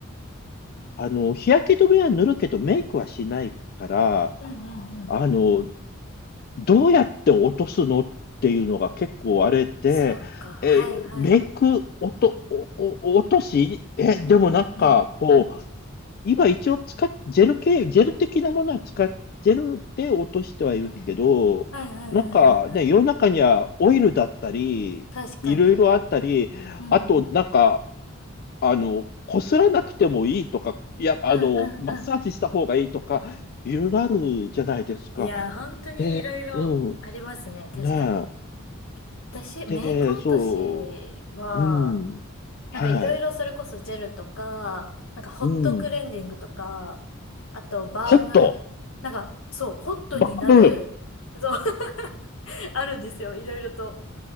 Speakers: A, on the left (about 45°); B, on the left (about 75°).
A: あの、日焼け止めは塗るけどメイクはしないから、
B: うんうんうん。
A: あの、どうやって落とすのっていうのが結構あれで、
B: そうか。はいはい。
A: えーメイク落と、おお落とし、え、
B: うんうんうん。
A: でもなんか、こう、今一応使っ、ジェル系、ジェル的なものは使っ、ジェルで落としてはいるけど、
B: うんうん。はいはいはいはいはい。
A: なんかね、世の中にはオイルだったり、
B: 確かに。
A: いろいろあったり、
B: うん。
A: あとなんか、
B: うん
A: あの、こすらなくてもいいとか、いや、あの、
B: うんうん。
A: マッサージした方がいいとか、いろいろあるじゃないですか。
B: いやー、本当にいろいろありますね。
A: で、う
B: 確かに。
A: ん。ね
B: 私、メイク落としは、
A: え。で、そう、うん、はい、
B: なんかいろいろそれこそジェルとか、なんかホットクレンジングとか、
A: うん。
B: あとバーム、
A: ホット、
B: なんかそう、ホットになる、
A: バブ、
B: そう、<laughs> あるんですよ、いろいろと。